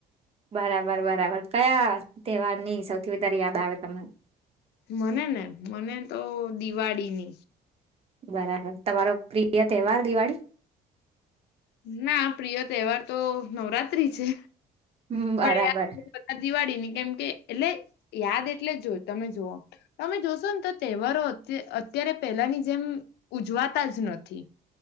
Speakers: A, on the right; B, on the left.
A: બરાબર બરાબર કયા તહેવાર ની સૌથી વધારે યાદ આવે તમને?
B: મને ને, મને તો દિવાળીની.
A: બરાબર. તમારો પ્રિય તહેવાર દિવાળી?
B: ના પ્રિય તહેવાર તો નવરાત્રી છે.
A: હમ્મ, બરાબર.
B: પણ યાર દિવાળીની કેમ કે એટલે યાદ એટલે જો તમે જોવો તમે જોશો ને તો તહેવારો અત્યારે પહેલાની જેમ ઉજવાતા જ નથી.